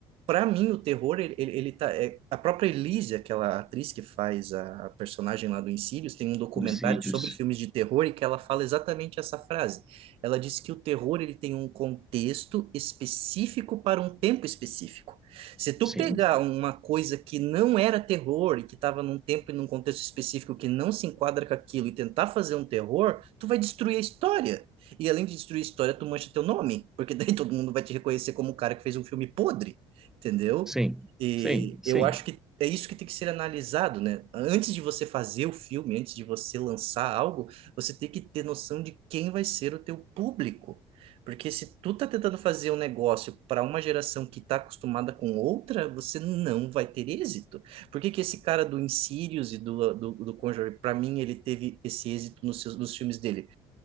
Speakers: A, on the right; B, in the centre.
A: para mim, o terror, ele, ele, ele tá. é- a própria Elise, aquela atriz que faz a personagem lá do Insidious, tem um documentário
B: Lucídios.
A: sobre filmes de terror e que ela fala exatamente essa frase. Ela diz que o terror, ele tem um contexto específico para um tempo específico. Se tu
B: Sim,
A: pegar
B: sim,
A: uma coisa que não era terror e que estava num tempo e num contexto específico que não se enquadra com aquilo e tentar fazer um terror, tu vai destruir a história. E além de destruir a história, tu mancha teu nome, porque <laughs> daí todo mundo vai te reconhecer como o cara que fez um filme podre entendeu?
B: sim,
A: E
B: sim,
A: eu acho que é isso que tem que ser analisado, né? Antes de você fazer o filme, antes de você lançar algo, você tem que ter noção de quem vai ser o teu público. Porque se tu tá tentando fazer um negócio para uma geração que tá acostumada com outra, você não vai ter êxito. Por que que esse cara do Insidious e do, do, do Conjuring, para mim, ele teve esse êxito nos, seus, nos filmes dele?